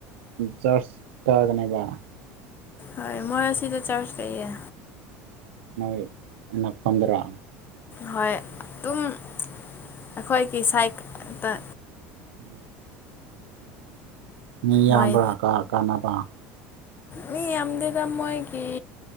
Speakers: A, on the right (about 85°); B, on the left (about 35°).
A: ꯆꯔꯁ ꯀꯥꯒꯅꯦꯕ
B: ꯍꯥꯏ ꯃꯣꯏ ꯑꯁꯤꯗ ꯆꯔꯁ ꯂꯩꯌꯦ
A: ꯅꯣꯏ ꯑꯅꯛꯐꯝꯗꯔꯥ
B: ꯍꯣꯏ ꯑꯗꯨꯝ ꯑꯩꯈꯣꯏꯒꯤ ꯁꯥꯏꯛꯇ
A: ꯎꯝ ꯃꯤ ꯌꯥꯝꯕ꯭ꯔꯥ
B: ꯃꯣꯏ
A: ꯀꯥ ꯀꯥꯅꯕ
B: ꯃꯤ ꯌꯥꯝ ꯗꯦꯗ ꯃꯣꯏꯒꯤ